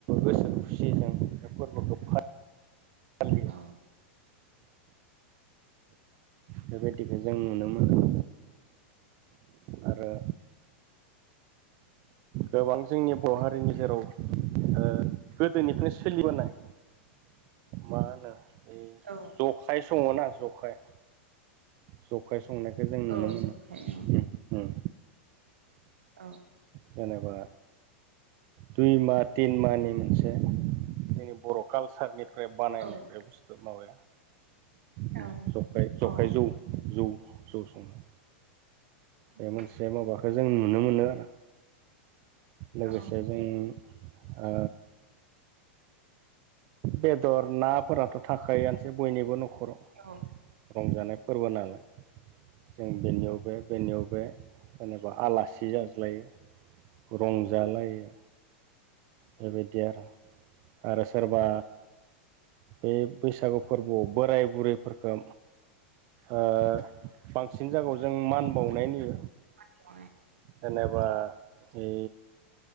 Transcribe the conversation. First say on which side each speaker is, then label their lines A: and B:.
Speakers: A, on the right; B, on the right.
A: गोसो खुसि जों बे फोर्बोखौ फालियो।
B: औ
A: बेबायदिखो जों नुनो मोनो। आरो गोबां जोंनि बर' हारिनि जेराव ओ गोदोनिफ्राय सोलिबोनाय मा होनो ओइ
B: औ
A: जखाय सङोना जखाय जखाय संनायखो जों नुनो
B: औ
A: मोनो
B: जखाय
A: उम उम
B: औ।
A: जेनेबा दुइ माह तिन मानि मोनसे जोंनि बर' कालसारनि फ्राय बानायनाय
B: औ
A: बे बुस्थु माबाया उम
B: औ
A: जखाय जख
B: औ
A: जौ जौ संनाय बे
B: उम
A: मोनसे माबाखो जों नुनो मोनो आरो लोगोसे
B: औ
A: जों ओ बेदर, नाफोराथ' थाखायोआनोसै बयनिबो न'खराव।
B: औ।
A: रंजानाय फोर्बो नालाय जों बेनियाव बे बेनियाव बे जेनेबा आलासि जाज्लायो रंजालायो। बेबायदि आरो आरो सोर बा बे बैसागु फोर्बोआव बोराय बुरैफोरखो ओ बांसिन जागायाव जों मान बावनाय नुयो।
B: मान बावनाय
A: जेनेबा ए